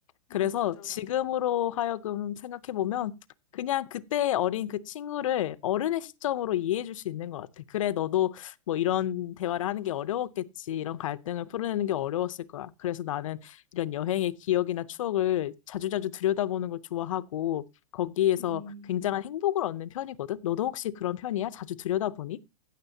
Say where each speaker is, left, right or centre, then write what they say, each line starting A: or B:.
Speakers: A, on the left; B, on the left.
A: 어,
B: 그래서
A: 맞아,
B: 지금으로
A: 맞아.
B: 하여금 생각해보면 그냥 그때 어린 그 친구를 어른의 시점으로 이해해줄 수 있는 것 같아. 그래, 너도 뭐 이런 대화를 하는 게 어려웠겠지. 이런 갈등을 풀어내는 게 어려웠을 거야. 그래서 나는 이런 여행의 기억이나 추억을 자주자주 들여다보는 걸 좋아하고 거기에서
A: 음.
B: 굉장한 행복을 얻는 편이거든. 너도 혹시 그런 편이야? 자주 들여다보니?